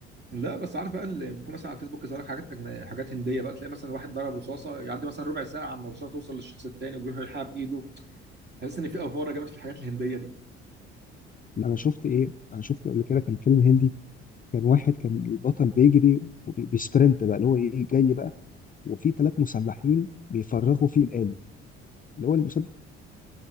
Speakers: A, on the right; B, on the left.
A: لا بس عارف بقى اللي بيكون مثلا على الفيسبوك يظهر لك حاجات أجن- حاجات هنديه بقى تلاقي مثلا واحد ضرب رصاصه يعدي مثلا ربع ساعه عما الرصاصه توصل للشخص التاني وبيروح يلحقها بايده تحس ان في افوره جامد في الحاجات الهنديه دي
B: انا شفت ايه انا شفت قبل كده كان فيلم هندي كان واحد كان البطل بيجري وبيسبرنت بقى اللي هو ايه جاي بقى وفي ثلاث مسلحين بيفرغوا فيه الآلي اللي هو المسدس